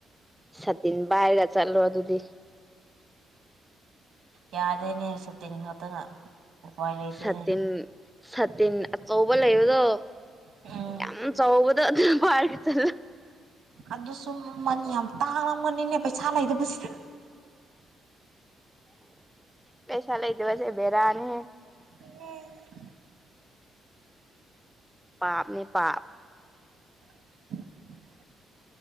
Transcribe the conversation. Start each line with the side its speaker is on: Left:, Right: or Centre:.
Centre: ꯁꯥꯇꯤꯟ ꯄꯥꯏꯔꯒ ꯆꯠꯂꯣ ꯑꯗꯨꯗꯤ
Right: ꯌꯥꯗꯦꯅꯦ ꯁꯥꯇꯤꯟ ꯈꯛꯇꯅ ꯎꯄꯥꯏ ꯂꯩꯇꯦꯅꯦ
Centre: ꯁꯥꯇꯤꯟ ꯁꯥꯇꯤꯟ ꯑꯆꯧꯕ ꯂꯩꯕꯗꯣ
Right: ꯎꯝ
Centre: ꯌꯥꯝ ꯆꯥꯎꯕꯗꯣ ꯑꯗꯨ ꯄꯥꯏꯔ ꯆꯠꯂꯣ
Right: ꯑꯗꯨꯁꯨꯨ ꯃꯃꯜ ꯌꯥꯝ ꯇꯥꯡꯉꯝꯒꯅꯤꯅꯦ ꯄꯩꯁꯥ ꯂꯩꯇꯕꯁꯤꯗ
Centre: ꯄꯩꯁꯥ ꯂꯩꯇꯕꯁꯦ ꯕꯦꯔꯥꯅꯤꯍꯦ
Right: ꯏꯪꯉꯦ
Centre: ꯄꯥꯞꯅꯦ ꯄꯥꯞ
Right: <inaudible>